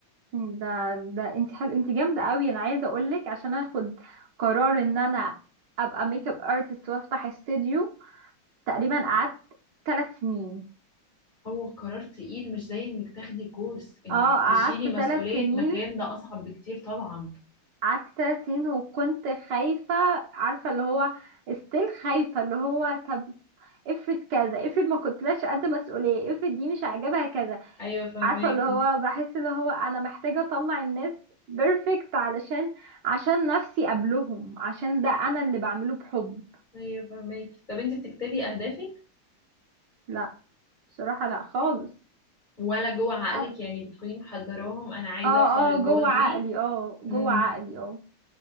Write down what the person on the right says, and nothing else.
ده ده انت حلو انت جامده قوي انا عايزه اقول لك عشان اخد قرار ان انا ابقى ميك اب ارتست وافتح استوديو تقريبا قعدت ثلاث سنين
اه قعدت
ثلاث
سنين
قعدت ثلاث سنين وكنت خايفه عارفه اللي هو استيل خايفه اللي هو طب افرض كذا افرض ما كنتلاش قد مسؤوليه افرض دي مش عاجبها كذا
عارفة اللي هو بحس اللي هو انا محتاجة اطلع الناس بيرفكت علشان عشان نفسي قبلهم عشان ده انا اللي بعمله بحب
لا بصراحة لا خالص
أنا-
اه
اه جوه عقلي
اه جوه
عقلي اه